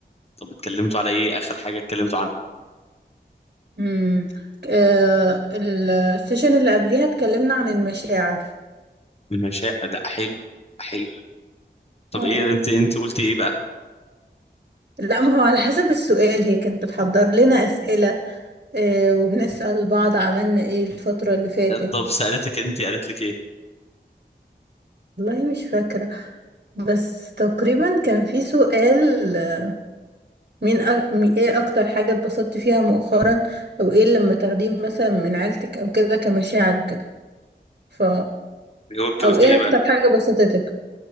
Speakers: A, on the left (about 35°); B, on the right (about 50°).
A: طب اتكلمتوا على إيه آخر حاجة اتكلمتوا عنها
B: امم آه، ال- السيشن اللي قبليها اتكلمنا عن المشاعر
A: المشاعر لا حلو حلو طب
B: اه
A: ايه
B: يعني.
A: انت انت قلتي ايه بقى
B: لا ما هو على حسب السؤال هي كانت بتحضر لنا أسئلة آه وبنسأل بعض عملنا ايه الفترة اللي فاتت
A: طب سألتك انت قالت لك ايه
B: والله مش فاكرة بس تقريبا كان في سؤال آه، مين أ... مي- ايه أكتر حاجة اتبسطت فيها مؤخرا أو ايه لما تاخديه مثلا من عيلتك أو كده كمشاعر وكده ف
A: جاوبت
B: أو
A: قلت
B: ايه
A: ايه
B: أكتر
A: بقى
B: حاجة بسطتك